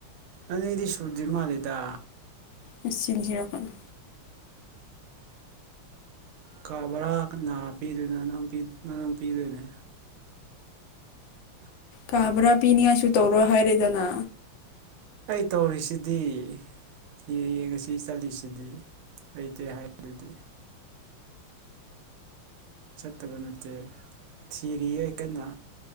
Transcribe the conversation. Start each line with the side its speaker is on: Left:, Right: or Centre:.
Right: ꯑꯅꯤꯗꯤ ꯁꯨꯗꯔꯤ ꯃꯥꯜꯂꯤꯗ
Left: ꯅꯆꯤꯟ ꯊꯤꯔꯥꯛꯀꯅꯨ
Right: ꯀꯥ ꯕꯥꯔꯥ ꯀꯅꯥ ꯄꯤꯗꯣꯏꯅꯣ ꯅꯪꯄꯤ ꯅꯪ ꯄꯤꯗꯣꯏꯅꯦ
Left: ꯀꯥꯕ꯭ꯔꯥ ꯄꯤꯅꯤꯉꯥꯏꯁꯨ ꯇꯧꯔꯣ ꯍꯥꯏꯔꯦꯗꯅ
Right: ꯑꯩ ꯇꯧꯔꯤꯁꯤꯗꯤ <unintelligible> ꯆꯠꯂꯤꯁꯤꯗꯤ ꯂꯩꯇꯦ ꯍꯥꯏꯗꯨꯗꯤ ꯆꯠꯇꯕ ꯅꯠꯇꯦ ꯊꯤꯔꯤꯌꯦ ꯀꯟꯅ